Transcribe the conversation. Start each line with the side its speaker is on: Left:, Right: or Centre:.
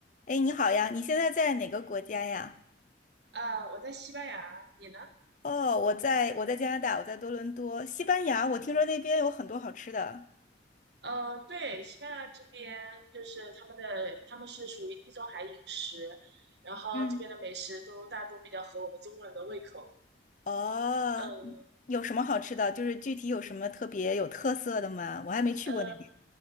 Left: 哎，你好呀，你现在在哪个国家呀？
Right: 啊，我在西班牙，你呢？
Left: 哦，我在我在加拿大，我在多伦多，西班牙。我听说那边有很多好吃的。
Right: 呃，对，西班牙这边就是他们的，他们是属于地中海饮食，然后这边的美食都大多比较合我们中国人的胃口。
Left: 嗯，哦，
Right: 嗯，
Left: 嗯有什么好吃的？就是具体有什么特别有特色的吗？我还没去过那边。
Right: 呃，